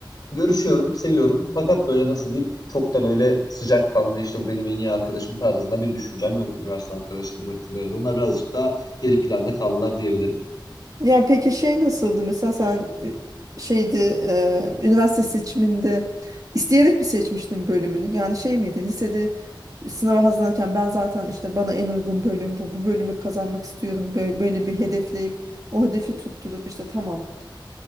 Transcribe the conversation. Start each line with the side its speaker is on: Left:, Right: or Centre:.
Left: görüşüyorum, seviyorum. Fakat böyle nasıl diyeyim çok da böyle sıcakkanlı işte bu benim en iyi arkadaşım tarzında bir düşüncem yok üniversite arkadaşlarım hakkında. Yani onlar birazcık daha geri planda kaldılar diyebilirim.
Right: Ya peki şey nasıldı mesela sen e, şeydi e, üniversite seçiminde isteyerek mi seçmiştin bölümünü? Yani şey miydi lisede sınava hazırlanırken ben zaten işte bana en uygun bölüm bu bu bölümü kazanmak istiyorum böyle, böyle bir hedefleyip o hedefi tutturup işte tamam